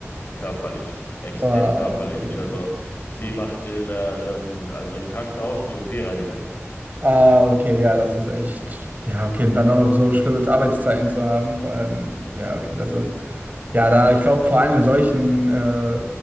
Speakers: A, on the left; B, on the right.
A: körperlich, extrem
B: Ah,
A: körperlich.
B: okay.
A: Also sie macht in der, ähm, also im Krankenhaus die OP-Reinigung.
B: Ah, okay, ja, das ist echt. Ja, okay, und dann auch noch so schlimme Arbeitszeiten zu haben, vor allem, ja, okay, das ist. Ja, da, ich glaube, vor allem in solchen äh,